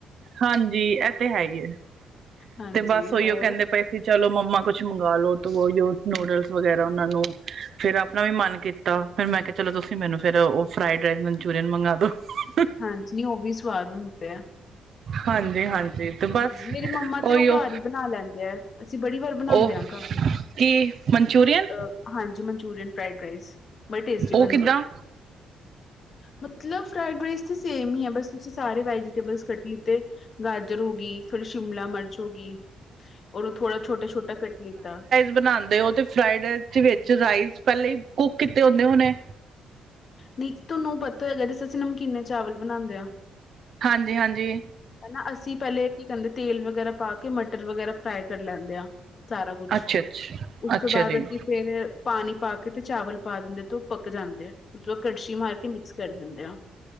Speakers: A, on the right (about 60°); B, on the left (about 45°).
A: ਹਾਂਜੀ, ਐ ਤੇ ਹੈਈ ਏ।
B: ਹਾਂਜੀ
A: ਤੇ ਬਸ ਓਈਓ
B: ਹੋਰ
A: ਕੈਂਦੇ ਪਏ ਸੀ, ਚਲੋ ਮੰਮਾ ਕੁੱਛ ਮੰਗਾ ਲੋ ਤੋ ਓਈਓ ਨੂਡਲਸ ਵਗੈਰਾ, ਉਨਾਂ ਨੂੰ ਫੇਰ ਆਪਨਾ ਵੀ ਮਨ ਕੀਤਾ। ਫੇਰ ਮੈਂ ਕੇਆ, ਚਲੋ ਤੁਸੀ ਮੈਨੂੰ ਫੇਰ ਓ ਫਰਾਈਡ ਰਾਈਸ ਮਨਚੂਰੀਅਨ ਮੰਗਾ ਦੋ। <unintelligible>
B: ਹਾਂਜੀ, ਓਂਵੀ ਸਵਾਦ ਹੁੰਦੇ ਐ।
A: ਹਾਂਜੀ, ਹਾਂਜੀ। ਤੇ ਬਸ
B: ਹੂੰ, ਮੇਰੀ ਮੰਮਾ ਤੇ
A: ਉਹੀਓ
B: ਓ ਘਰ ਈ ਬਨਾ ਲੈਂਦੇ ਐ। ਅਸੀ ਬੜੀ ਵਾਰ ਬਨਾਂਦੇ
A: ਉਹ
B: ਆਂ ਘਰ
A: ਕੀ ਮਨਚੂਰੀਅਨ
B: ਅ ਹਾਂਜੀ, ਮਨਚੂਰੀਅਨ ਫਰਾਈਡ ਰਾਈਸ, ਬੜੇ ਟੇਸਟੀ ਬਨਦੇ
A: ਉਹ ਕਿੱਦਾਂ
B: ਐ। ਮਤਲਬ ਫਰਾਈਡ ਰਾਈਸ ਤੇ ਸੇਮ ਈ ਐ, ਬਸ ਤੁਸੀ ਸਾਰੇ ਵੈਜੀਟੇਬਲ ਕੱਟ ਲਿੱਤੇ। ਗਾਜਰ ਹੋਗੀ, ਥੋੜੀ ਸ਼ਿਮਲਾ ਮਰਚ ਹੋਗੀ। ਓਹਨੂੰ ਥੋੜਾ ਛੋਟਾ-ਛੋਟਾ ਕੱਟ ਲਿੱਤਾ।
A: ਬਨਾਂਦੇ ਓ ਤੇ ਫਰਾਈਡ ਰਾਈਸ ਦੇ ਵਿੱਚ ਰਾਈਸ ਪਹਿਲੇ ਈ ਕੁੱਕ ਕੀਤੇ ਹੁੰਦੇ ਹੋਨੇ?
B: ਨੀ ਤੋਨੂੰ ਪਤਾ ਹੈਗੈ ਜਿਸ ਅਸੀ ਨਮਕੀਨੇ ਚਾਵਲ ਬਨਾਂਦੇ ਆਂ।
A: ਹਾਂਜੀ, ਹਾਂਜੀ।
B: ਹਨਾ, ਅਸੀ ਪਹਿਲੇ ਕੀ ਕੈਂਦੇ ਤੇਲ ਵਗੈਰਾ ਪਾ ਕੇ, ਮਟਰ ਵਗੈਰਾ ਫਰਾਈ ਕਰ ਲੈਂਦੇ ਆਂ ਸਾਰਾ ਕੁੱਛ,
A: ਅੱਛਾ ਅੱਛਾ
B: ਉਸ
A: ਅੱਛਾ
B: ਤੋ ਬਾਦ
A: ਜੀ
B: ਅਸੀ। ਫੇਰ ਪਾਨੀ ਪਾ ਕੇ, ਤੇ ਚਾਵਲ ਪਾ ਦਿੰਦੇ, ਤੇ ਓਹ ਪੱਕ ਜਾਂਦੇ ਐ, ਉਸ ਤੋ ਬਾਦ ਕੜਛੀ ਮਾਰ ਕੇ ਮਿਕਸ। ਫੇਰ ਦਿੰਦੇ ਆਂ।